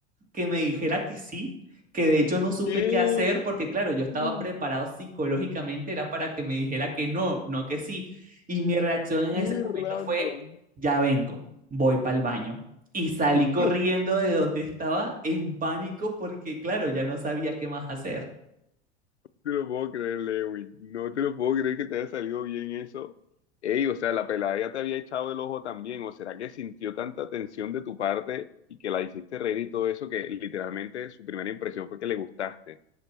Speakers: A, on the right; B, on the left.
A: que me dijera que sí, que de hecho no supe
B: ¿Qué?
A: qué hacer porque claro, yo estaba
B: Qué
A: preparado psicológicamente, era para que me dijera que no, no que sí. Y mi reacción en ese
B: random.
A: momento fue, ya vengo, voy para el baño. Y salí
B: <laughs>
A: corriendo
B: No.
A: de donde estaba en pánico porque claro, ya no sabía qué más hacer.
B: te lo puedo creer, Lewin. No te lo puedo creer que te haya salido bien eso. Ey, o sea, la pelada ya te había echado el ojo también. ¿O será que sintió tanta tensión de tu parte y que la hiciste reír y todo eso que literalmente su primera impresión fue que le gustaste?